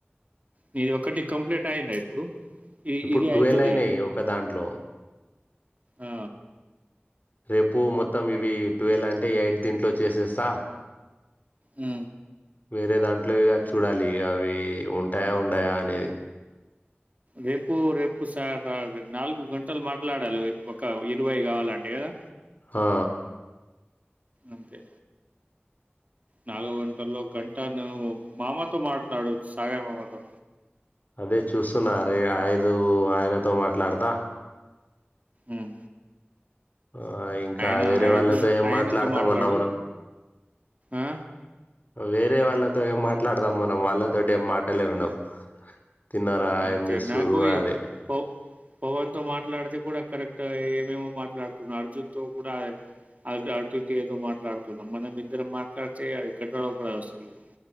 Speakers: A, on the right (about 40°); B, on the left (about 45°).
A: నీది ఒకటి కంప్లీంట్ అయిందా ఇప్పుడు ఇ
B: ఇప్పుడు
A: ఇది
B: ట్వెల్వ్
A: అయితది
B: అయినాయి ఒక దాంట్లో
A: ఆ
B: రేపు మొత్తం ఇవి ట్వెల్వ్ అంటే ఎయిట్ దీంట్లో చేసేస్తా
A: ఉ
B: వేరే దాంట్లో ఇగ చూడాలి అవి ఉంటాయా ఉండయా అనేది
A: రేపు రేపు స న నాలుగు గంటలు మాట్లాడాలి ఒక్క ఇరవై కావాలంటే కదా
B: హా
A: అంతే నాలుగు గంటల్లో గంట నువ్వు మామతో మాట్లాడు సాగర్ మామతో
B: అదే చూస్తున్న అరే ఐదు ఆయనతో మాట్లాడతా
A: ఉహ్
B: ఆ ఇంకా
A: ఆయన
B: వేరే వాళ్ళతో
A: ఐదు
B: ఏం
A: ఆయనతో
B: మాట్లాడతామన్నా
A: మాట్లాడు
B: మనం
A: అ
B: వేరే వాళ్లతో ఏం మాట్లాడదాం మనం వాళ్ళతోటి ఏం మాటలే ఉండవు తిన్నారా
A: అంతే
B: ఏం చేస్తుర్రు
A: నాకూ ఈ
B: అదే
A: ఓ ఓ వంతో మా అలాడితే కూడా కరెక్ట్ ఏమేమో మాట్లాడుతున్నా అర్జున్ తో కూడా అ అద ఉరికే ఏదో మాట్లాడుతున్నం మనం ఇద్దరం మాట్లాడితే అది కట్ట్ అవ్వ కూడా అవసరం లేదు